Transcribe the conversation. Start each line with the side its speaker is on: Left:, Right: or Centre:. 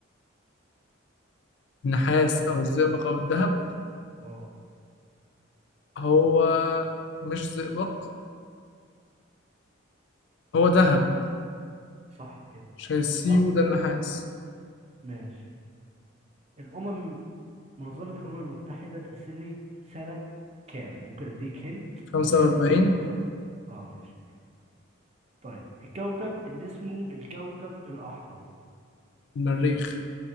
Left: النحاس أو الزئبق أو الذهب
Right: اه
Left: هو مش زئبق هو ذهب
Right: صح كده
Left: شايسيو
Right: اه
Left: ده النحاس
Right: ماشي الامم منظمة الامم المتحدة تأسست سنة كام ممكن اديك هنت
Left: 45
Right: ممكن اديك اختيارات اه ماشي طيب الكوكب اللي اسمه الكوكب الاحمر
Left: المريخ